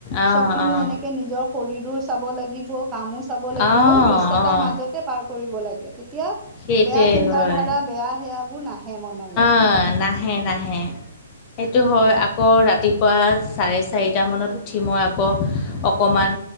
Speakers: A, on the left; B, on the right.
A: অঁ
B: চব পিনে
A: অঁ
B: যেনেকে নিজৰ শৰীৰো চাব লাগিব, কামো চা চাব লাগিব,
A: অঁ
B: ব্যস্ত
A: অঁ
B: য'তে পাৰ কৰিব লাগে, তেতিয়া
A: সেইটোৱে
B: বেয়া চিন্তা-ধাৰা,
A: হয়
B: বেয়া সেয়াবোৰ নাহে মনলে
A: অ', নাহে নাহে, সেইটো হয়। আকৌ ৰাতি পুৱা চাৰে-চাৰিটামানত উঠি, মই আকৌ অকণমান